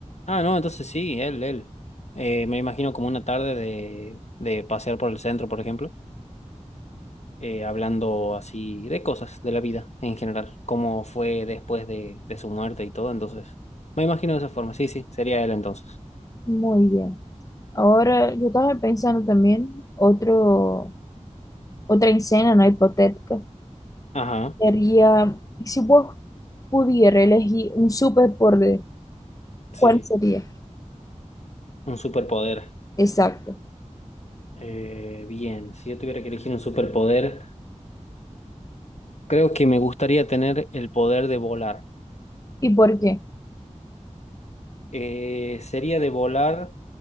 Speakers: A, on the left (about 60°); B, on the left (about 30°).
A: Ah, no, entonces sí, él, él. Eh, me imagino como una tarde de, de pasear por el centro, por ejemplo, eh, hablando así de cosas de la vida en general, cómo fue después de, de su muerte y todo, entonces. Me imagino de esa forma, sí, sí, sería él entonces.
B: Muy bien. Ahora yo estaba pensando también otro, otra escena, ¿no? Hipotética.
A: Ajá,
B: Sería, si vos pudieras elegir un superpoder,
A: sí,
B: ¿cuál sería?
A: un superpoder.
B: Exacto.
A: Eh, bien, si yo tuviera que elegir un superpoder... Creo que me gustaría tener el poder de volar.
B: ¿Y por qué?
A: Eh, sería de volar